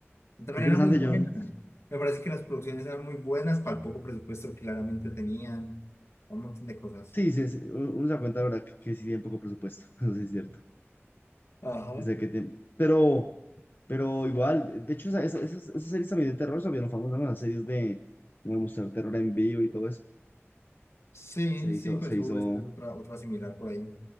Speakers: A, on the left; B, on the left.
A: Y También
B: Qué interesante,
A: era muy buena.
B: John.
A: Me parece que las producciones eran muy buenas para el poco presupuesto que claramente tenían, un montón de cosas.
B: Sí, sí, sí, uno uno se da cuenta, de ¿verdad? Que, que sí tienen poco presupuesto, <laughs> eso sí es cierto.
A: Ajá.
B: Que sea que tienen- Pero, pero igual, de hecho, esa- esa- esas, esas series también de terror se vieron famosas, ¿no? Las series de, de mostrar terror en vivo y todo eso.
A: Sí,
B: Se hizo,
A: sí, pues
B: se hizo,
A: hubo después otra, otra similar por ahí.